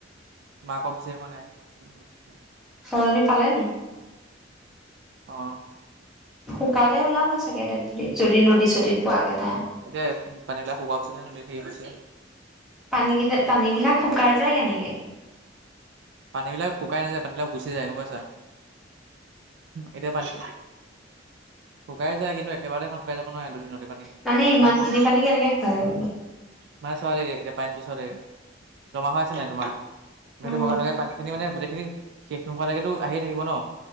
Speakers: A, on the right; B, in the centre.
A: মাকো বিচাৰি পোৱা নাই
B: ছোৱালজনী পালেনি
A: অ'।
B: শুকালে ওলাব চাগে ডেড যদি নদী চদীত পোৱাগে তাই
A: এতিয়া পানীবিলাক শুকোৱা পিছ নে ন হেৰি গ হৈছে
B: পানীকেইটা পানী বিলাক শুকাই যায় কেনেকে
A: পানীবিলাক শুকাই নযায় পানী বিলাক গুচি যায় গম পা ইছা এতিয়া, পানী শুকাই যায়, কিন্তু একেবাৰতে শুকাই যাব নোৱাৰে দুদিনতে পানী।
B: মানে, ইমান
A: পানীটো
B: খিনি পানী কেনেকে শুকাই যাব?
A: মানে, চোৱা দেই এতিয়া পানীটো চোৱা দেই জমা হৈ আছে নাই তোমাৰ? সেইটো
B: উম,
A: ভগা লগে পানী খিনি মানে, গোটেইখিনি শেষ নোহোৱালৈকেতো আহিয়ে থাকিব ন।